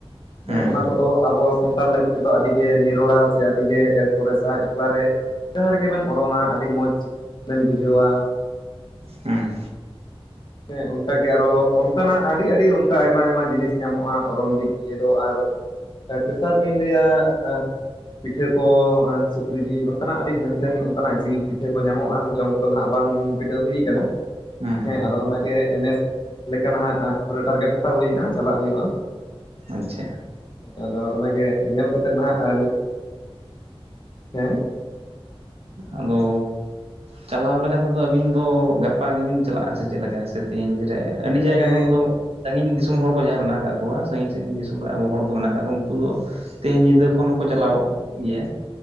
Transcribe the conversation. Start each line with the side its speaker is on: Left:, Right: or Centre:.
Right: ᱦᱩᱸ
Left: ᱦᱮᱸ ᱚᱱᱟ ᱠᱚᱫᱚ ᱟᱵᱚ ᱥᱟᱱᱛᱟᱲ ᱞᱟᱹᱜᱤᱫ ᱛᱮᱫᱚ ᱟᱹᱰᱤ ᱜᱮ ᱱᱤᱨᱚᱲᱟ ᱥᱮ ᱟᱹᱰᱤᱜᱮ ᱥᱚᱨᱮᱥᱟ ᱮᱠᱞᱟ ᱨᱮ᱾ ᱡᱟᱸᱦᱟᱸ ᱨᱮᱜᱮ ᱵᱮᱱ ᱚᱨᱚᱝ-ᱟ ᱟᱹᱰᱤ ᱢᱚᱸᱡᱽ ᱵᱮᱱ ᱵᱩᱡᱷᱟᱹᱣᱟ᱾
Right: ᱦᱮᱸ
Left: ᱦᱮᱸ, ᱚᱱᱠᱟᱜᱮ ᱟᱨᱚ ᱚᱱᱠᱟᱱᱟᱜ ᱟᱹᱰᱤ ᱟᱹᱰᱤ ᱚᱱᱠᱟ ᱟᱭᱢᱟ ᱟᱭᱢᱟ ᱡᱤᱱᱤᱥ ᱧᱟᱢᱚᱜᱼᱟ ᱚᱨᱚᱝ ᱫᱤᱠ᱾ ᱤᱭᱟᱹ ᱫᱚ ᱟᱨ ᱛᱮᱥᱟᱨ ᱞᱤᱧ ᱞᱟᱹᱭᱟ ᱟ ᱯᱤᱴᱷᱟᱹ ᱠᱚ ᱥᱩᱠᱨᱤ ᱡᱤᱞ ᱚᱱᱠᱟᱱᱟᱜ ᱟᱹᱰᱤ ᱦᱮᱱᱛᱷᱮᱱ ᱚᱱᱠᱟᱱᱟᱜ ᱡᱤᱞ ᱯᱤᱴᱷᱟᱹ ᱠᱚ ᱧᱟᱢᱚᱜᱼᱟ, ᱟᱫᱚ ᱡᱚᱢ ᱠᱚᱫᱚ ᱱᱟᱦᱟᱸᱜ ᱵᱟᱝ ᱵᱤᱰᱟᱹᱣ ᱦᱩᱭ ᱟᱠᱟᱱᱟ᱾
Right: ᱦᱩᱸ
Left: ᱦᱮᱸ ᱟᱫᱚ ᱚᱱᱟᱜᱮ ᱱᱮᱥ ᱞᱮᱠᱟ ᱱᱟᱦᱟᱸᱜ ᱯᱩᱨᱟᱹ ᱴᱟᱨᱜᱮᱴ ᱦᱟᱛᱟᱣ ᱦᱩᱭ ᱠᱟᱱᱟ, ᱪᱟᱞᱟᱜ ᱦᱩᱭᱩᱜᱼᱟ᱾
Right: ᱟᱪᱪᱷᱟ
Left: ᱟᱫᱚ ᱚᱱᱟᱜᱮ ᱧᱮᱞ ᱠᱟᱛᱮᱜ ᱱᱟᱦᱟᱸᱜ, ᱦᱮᱸ
Right: ᱟᱫᱚ ᱪᱟᱞᱟᱣ ᱞᱮᱠᱟ ᱛᱮᱫᱚ ᱟᱹᱵᱤᱱ ᱫᱚ ᱜᱟᱯᱟ ᱜᱮᱵᱤᱱ ᱪᱟᱞᱟᱜᱼᱟ ᱥᱮ ᱪᱮᱫ ᱞᱮᱠᱟ ᱥᱮ? ᱛᱮᱦᱮᱧ ᱨᱮ ᱟᱹᱰᱤ ᱡᱟᱭᱜᱟ
Left: ᱢᱟᱱᱮ
Right: ᱠᱷᱚᱱ ᱫᱚ ᱥᱟᱺᱜᱤᱧ ᱫᱤᱥᱚᱢ ᱦᱚᱲ ᱠᱚ ᱡᱟᱦᱟᱸᱭ ᱢᱮᱱᱟᱜ ᱟᱠᱟᱫ ᱠᱚᱣᱟ, ᱥᱟᱺᱜᱤᱧ ᱥᱟᱺᱜᱤᱧ ᱫᱤᱥᱚᱢ ᱨᱮ ᱟᱵᱚ ᱦᱚᱲ ᱠᱚ ᱢᱮᱱᱟᱜ ᱟᱠᱟᱫ ᱠᱚᱣᱟ ᱩᱱᱠᱩ ᱫᱚ ᱛᱮᱦᱮᱧ ᱧᱤᱫᱟᱹ ᱠᱷᱚᱱ ᱦᱚᱸᱠᱚ ᱪᱟᱞᱟᱣ ᱜᱮᱭᱟ᱾